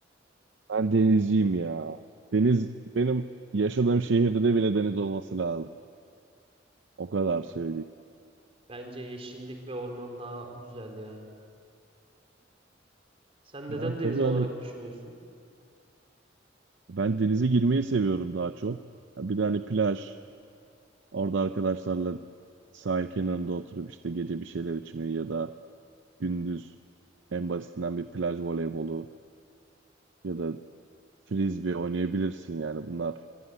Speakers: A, on the right; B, on the right.
A: Ben denizciyim ya. Deniz benim yaşadığım şehirde de bile deniz olması lazım. O kadar söyleyeyim.
B: Bence yeşillik ve orman daha güzel ya. Sen
A: Ya
B: neden deniz
A: tabii
B: olarak
A: hani
B: düşünüyorsun?
A: ben denize girmeyi seviyorum daha çok. Ya bir de hani plaj, orada arkadaşlarla sahil kenarında oturup işte gece bir şeyler içmeyi ya da gündüz en basitinden bir plaj voleybolu ya da frisbee oynayabilirsin yani bunlar.